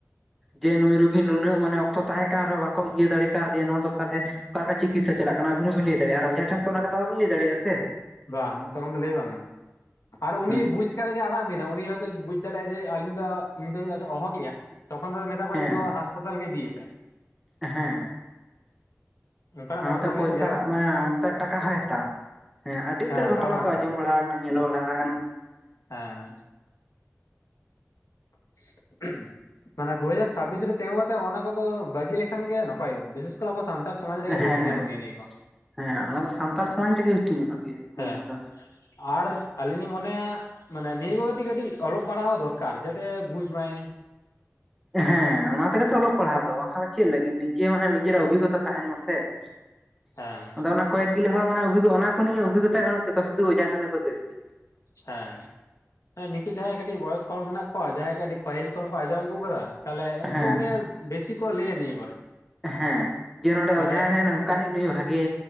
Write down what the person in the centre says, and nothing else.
ᱡᱮ ᱱᱩᱭ ᱨᱩᱜᱤ ᱱᱩᱱᱟᱹᱜ ᱢᱟᱱᱮ ᱚᱠᱛᱚ ᱛᱟᱦᱮᱸ ᱠᱟᱱ ᱨᱮᱦᱚᱸ ᱵᱟᱠᱚ ᱤᱭᱟᱹ ᱫᱟᱲᱮ ᱠᱟᱣᱫᱮᱭᱟ ᱱᱚᱣᱟ ᱫᱚ ᱛᱟᱞᱦᱮ ᱚᱠᱟ ᱞᱮᱠᱟ ᱪᱤᱠᱤᱥᱥᱟ ᱪᱟᱞᱟᱜ ᱠᱟᱱᱟ ᱟᱵᱤᱱ ᱦᱚᱸᱵᱤᱱ ᱞᱟᱹᱭ ᱫᱟᱲᱮᱜᱼᱟ, ᱟᱨ ᱟᱡᱷᱟ ᱴᱷᱮᱱ ᱛᱚ ᱚᱱᱟ ᱠᱟᱛᱷᱟ ᱵᱟᱵᱤᱱ ᱞᱟᱹᱭ ᱫᱟᱲᱮᱜᱼᱟ ᱥᱮ᱾
ᱦᱩᱸ
ᱦᱮᱸ
ᱦᱮᱸ
ᱟᱸ
ᱱᱚᱛᱮ ᱯᱚᱭᱥᱟ
ᱦᱚᱸ ᱢᱟᱱᱮ ᱚᱱᱛᱮ ᱴᱟᱠᱟ
ᱦᱚᱸᱭ ᱦᱟᱛᱟᱣᱟ ᱦᱮᱸ ᱟᱹᱰᱤ ᱩᱛᱟᱹᱨ
ᱜᱷᱚᱴᱚᱱᱟ
ᱛᱚ ᱟᱸᱡᱚᱢ ᱵᱟᱲᱟᱣ ᱠᱟᱱᱟ ᱧᱮᱞ ᱵᱟᱲᱟᱣ ᱠᱟᱱᱟ᱾
ᱦᱮᱸ,
ᱦᱮᱸ ᱚᱱᱟ ᱫᱚ ᱥᱟᱱᱛᱟᱞ ᱥᱚᱢᱟᱡᱽ ᱨᱮᱜᱮ ᱵᱮᱥᱤ ᱧᱮᱞᱚᱜ ᱜᱮᱭᱟ᱾
ᱧᱮᱞ ᱫᱚ
ᱦᱮᱸ ᱚᱱᱟ ᱛᱮ ᱜᱮ ᱛᱚ ᱚᱞᱚᱜ ᱯᱟᱲᱦᱟᱜ ᱫᱚ ᱵᱟᱝ ᱠᱷᱟᱱ ᱫᱚ ᱪᱮᱫ ᱞᱟᱹᱜᱤᱫ ᱱᱤᱡᱮ ᱢᱟᱱᱮ ᱱᱤᱡᱮᱨᱟᱜ ᱚᱵᱷᱤᱜᱚᱛᱟ ᱛᱟᱦᱮᱱ ᱢᱟᱥᱮ᱾ <inaudible>
ᱟᱫᱚ ᱚᱱᱟ ᱠᱚᱭᱮᱠ ᱜᱮᱞᱮ ᱦᱚᱲ ᱢᱟᱱᱮ ᱚᱵᱷᱤᱜ ᱚᱱᱟ ᱠᱚ ᱱᱤᱭᱟᱹ ᱚᱵᱷᱤᱜᱚᱛᱟ ᱵᱟᱹᱱᱩᱜ ᱛᱟᱠᱚᱣᱟ᱾ ᱥᱩᱫᱩ ᱚᱸᱡᱷᱟ ᱴᱷᱮᱱ ᱜᱮᱠᱚ ᱫᱟᱹᱲ ᱤᱫᱤᱭ-ᱟ᱾
ᱦᱮᱸ
ᱦᱮᱸ ᱡᱮ ᱱᱚᱰᱮ
ᱚᱸᱡᱷᱟ ᱦᱮᱱᱟᱭ ᱱᱚᱝᱠᱟᱱᱤᱡ ᱱᱩᱭ ᱵᱷᱟᱜᱮ